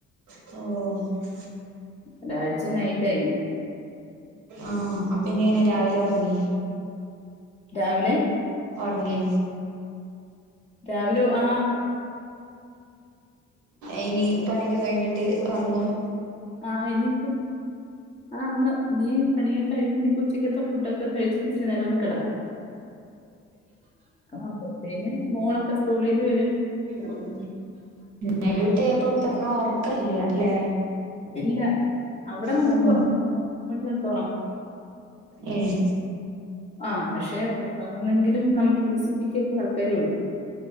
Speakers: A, on the right; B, on the left.
A: ഓഹ്
B: ഒരാഴ്ച നൈറ്റായിനി.
A: ആഹ് അപ്പം ഇനി യെങ്ങനെ രാവിലെ ഒറങ്ങി.
B: രാവിലെ
A: ഒർങ്ങെ
B: രാവിലെ ഒ ആഹ്
A: ഇനി പണിയൊക്കെ കഴിഞ്ഞിട്ട് ഒർങ്ങും
B: ആഹ് ഇനിപ്പം ആന്ന് ഇനീ പണിയൊക്കെ കഴിഞ്ഞിനി ഉച്ചക്കത്തെ ഫുഡൊക്കെ കഴിച്ചിട്ടി ഇച്ചിരി നേര ഒന്ന് കെടക്കും. അപ്പഴ്ത്തേന് മോളൊക്കെ സ്കൂളീന്ന് വരും
A: ഉം നൈറ്റ് ഡ്യൂട്ടിയായാ പ്പം പർഞ്ഞ ഒർക്കല്ല്യ ല്ലേ
B: ഇല്ല അവിടെ നമുക്ക്
A: ഉം
B: ഉറങ്ങാം മണി തൊട്ട്
A: ഏഹ്
B: ആഹ് പക്ഷെ അങ്ങന്നെങ്കിലും നമുക്ക് പി സി ജിക്കക്കെ ആൾക്കാരെ വിളിക്കും.